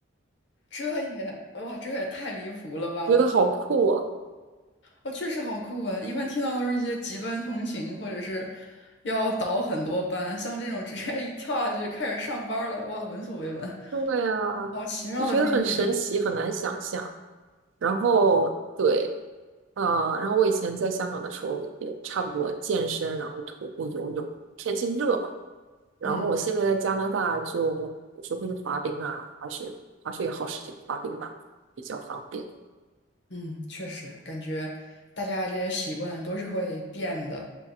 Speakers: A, on the left; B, on the right.
A: 这也哇，这也太离谱了吧！
B: 觉得好酷哦。
A: 我。哦，确实好酷啊！一般听到都是一些极端通勤，或者是要倒很多班，像这种直接一跳下去就开始上班儿了，哇，闻所未闻，
B: 对啊，
A: 好奇妙的经历啊！
B: 就觉得很神奇，很难想象。然后对，呃，然后我以前在香港的时候也差不多健身，然后徒步、游泳，天气热嘛。然后我现在在加拿大就有时候会去滑冰啊，
A: 嗯
B: 滑雪，滑雪也耗时间，滑冰吧比较方便。
A: 嗯，确实感觉大家这些习惯都是会变的，